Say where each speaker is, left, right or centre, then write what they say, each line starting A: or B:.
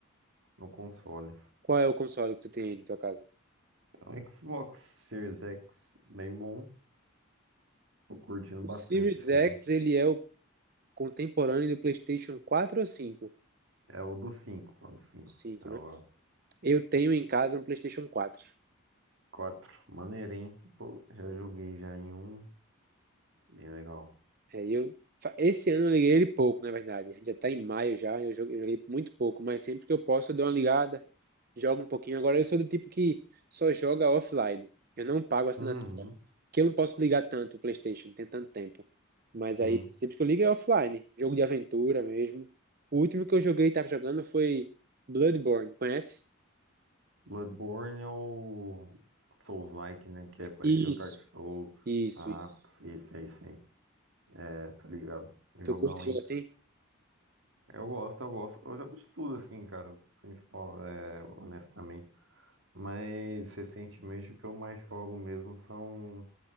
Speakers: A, on the right; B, on the right.
A: no console.
B: Qual é o console que tu tem aí na tua casa?
A: O Xbox Series X, bem bom. Tô curtindo
B: O
A: bastante,
B: Series
A: assim.
B: X, ele é o contemporâneo do PlayStation 4 ou 5?
A: É o do cinco, o do cinco,
B: O 5,
A: É
B: né?
A: o
B: Eu tenho em casa um PlayStation 4.
A: quatro, Maneiro, hein? Pô, já joguei já em um. Bem legal.
B: É, e eu, fa- esse ano eu liguei ele pouco, na verdade. A gente já tá em maio já, eu jo- eu joguei muito pouco, mas sempre que eu posso eu dou uma ligada, jogo um pouquinho. Agora eu sou do tipo que só joga offline. Eu não pago assinatura.
A: Uhum,
B: Porque eu não posso ligar tanto o PlayStation, não tem tanto tempo. Mas
A: sim.
B: aí sempre que eu ligo é offline, jogo de aventura mesmo. O último que eu joguei e tava jogando foi Bloodborne, conhece?
A: Bloodborne é o Souls-like, né? Que é parecido
B: Isso,
A: com Dark Souls.
B: isso,
A: Ah,
B: isso.
A: esse aí sim. É, tá ligado? Jogão,
B: Tu curte jogo
A: hein?
B: assim?
A: Eu gosto, eu gosto. Eu já vi de tudo, assim, cara. Principal, é, honestamente. Mas recentemente o que eu mais jogo mesmo são